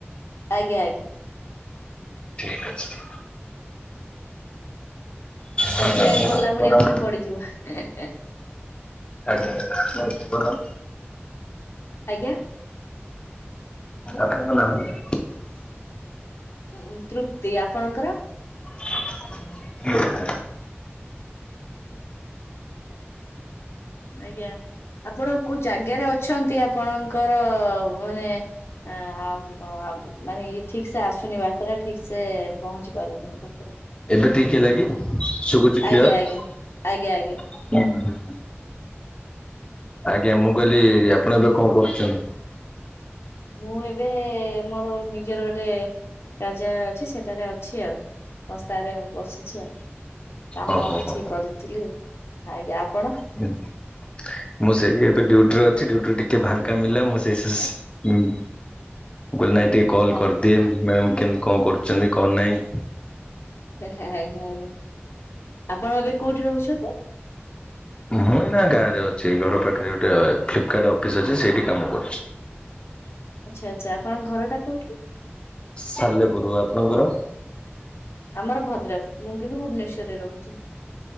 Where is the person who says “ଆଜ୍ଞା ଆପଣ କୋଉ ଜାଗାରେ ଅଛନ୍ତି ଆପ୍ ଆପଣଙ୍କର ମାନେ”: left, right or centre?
Left